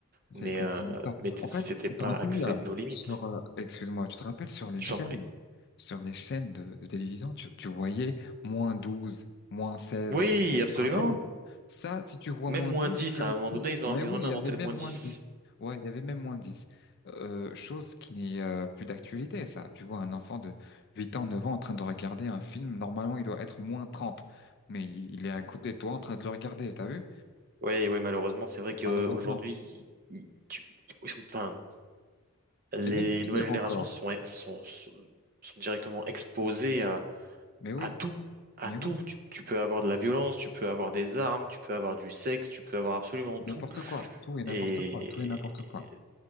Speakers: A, on the left; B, on the right.
A: C'est
B: mais,
A: exactement
B: euh,
A: ça.
B: mais t-
A: En
B: c'était
A: fait, tu
B: pas
A: te rappelles
B: axé
A: euh,
B: nos limites.
A: sur, euh, excuse-moi, tu te rappelles sur les
B: Je
A: chaînes,
B: t'en prie.
A: sur les chaînes de, de télévision, tu, tu voyais moins 12 moins seize
B: Oui, absolument.
A: Tu te rappelles? Ça, si tu vois
B: Même
A: moins
B: moins
A: 12
B: 10
A: comme
B: à un
A: si,
B: moment donné, ils ont,
A: mais
B: ils
A: oui,
B: ont même
A: il
B: inventé
A: y avait même
B: le moins
A: moins
B: dix
A: dix Ouais, il y avait même moins dix Euh, chose qui n'est euh, plus d'actualité, ça. Tu vois un enfant de 8 ans, 9 ans en train de regarder un film, normalement, il doit être moins trente Mais il, il est à côté de toi en train de le regarder, t'as vu?
B: Oui, oui, malheureusement, c'est vrai qu'aujourd'hui,
A: Malheureusement.
B: ils- tu- ils sont- enfin, les
A: Et même pire
B: nouvelles générations
A: encore.
B: sont, sont, sont, sont directement exposées à
A: Mais oui,
B: tout, à
A: mais
B: tout.
A: oui.
B: Tu, tu peux avoir de la violence, tu peux avoir des armes, tu peux avoir du sexe, tu peux avoir absolument
A: N'importe
B: tout.
A: quoi, tout et n'importe
B: Et,
A: quoi, tout et n'importe quoi.
B: et de